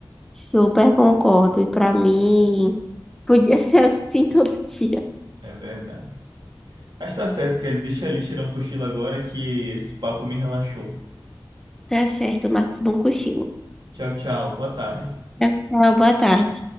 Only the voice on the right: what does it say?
É verdade. Mas tá certo, que ele deixa ali tirar um cochilo agora que esse papo me relaxou.
Tchau, tchau. Boa tarde.